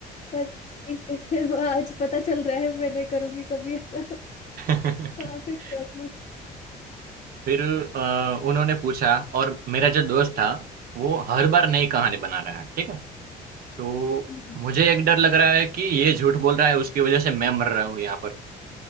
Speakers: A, on the left; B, on the right.
A: बट ठीक है <laughs> आज पता चल रहा है मैं नहीं करूंगी कभी ऐसा
B: <laughs>
A: हाँ फिर क्या हुआ
B: फिर अ, उन्होंने पूछा और मेरा जो दोस्त था वो हर बार नई कहानी बना रहा है ठीक है तो
A: हम्म,
B: मुझे एक डर लग रहा है कि ये झूठ बोल रहा है उसकी वजह से मैं मर रहा हूँ यहाँ पर